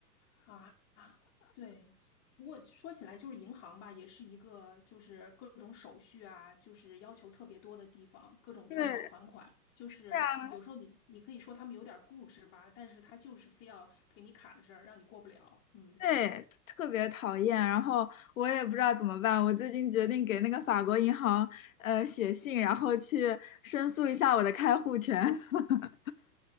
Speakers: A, on the left; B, on the left.
A: 啊，对，不过说起来，就是银行吧，也是一个就是各种手续啊，就是要求特别多的地方，各种条条款款。
B: 对，
A: 就是有时候你你可以说他们有点儿固执吧，
B: 啊。
A: 但是他就是非要给你卡着事儿，让你过不了。嗯。
B: 对，特别讨厌，然后我也不知道怎么办。我最近决定给那个法国银行呃写信，然后去申诉一下我的开户权。<laughs>